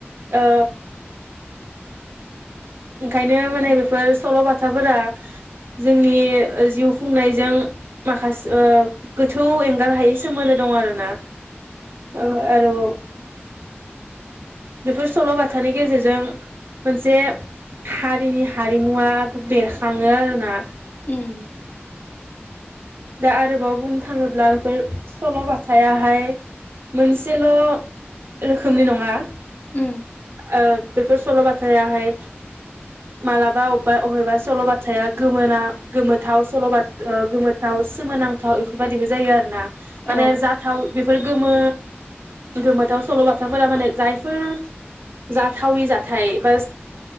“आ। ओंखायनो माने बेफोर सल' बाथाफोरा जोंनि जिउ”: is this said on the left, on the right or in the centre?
Right